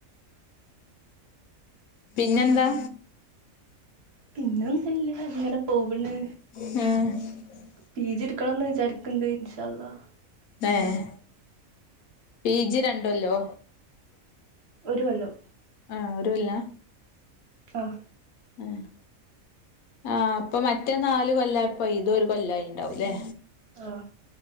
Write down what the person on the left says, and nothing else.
പിന്നെന്താ?
ഏഹ്
ഏഹ് പി ജി രണ്ട് കൊല്ലോ?
ആഹ് ഒര് കൊല്ല?
എഹ് ആ അപ്പൊ മറ്റേ ന്നാല് കൊല്ലായപ്പൊ ഇത് ഒരു കൊല്ലായിഇണ്ടാവുംലേ?